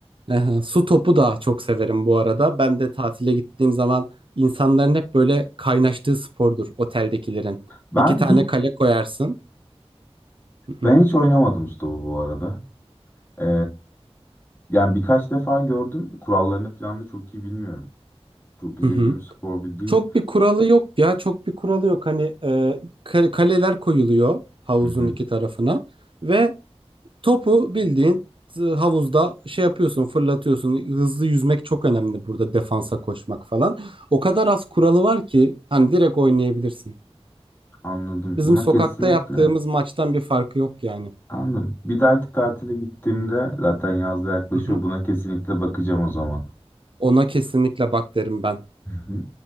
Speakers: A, on the right; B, on the left.
A: Hı hı. Su topu da çok severim bu arada. Ben de tatile gittiğim zaman insanların hep böyle kaynaştığı spordur oteldekilerin.
B: Ben
A: İki tane
B: hiç
A: kale koyarsın. Hı
B: ben
A: hı.
B: hiç oynamadım stopu bu arada. Ee, yani birkaç defa gördüm. Kurallarını falan da çok iyi bilmiyorum. Çok izlediğim
A: Hı hı.
B: bir spor bir değil.
A: Çok bir kuralı yok ya çok bir kuralı yok hani e, kale- kaleler koyuluyor havuzun
B: Hı hı,
A: iki tarafına ve topu bildiğin e, havuzda şey yapıyorsun fırlatıyorsun hızlı yüzmek çok önemli burada defansa koşmak falan o kadar az kuralı var ki hani direkt oynayabilirsin
B: anladım.
A: bizim
B: Buna
A: sokakta
B: kesinlikle
A: yaptığımız maçtan bir farkı yok yani
B: Anladım. Bir dahaki tatile gittiğimde zaten yaz da yaklaşıyor.
A: Hı hı.
B: Buna kesinlikle bakacağım o zaman.
A: ona kesinlikle bak derim ben
B: Hı hı,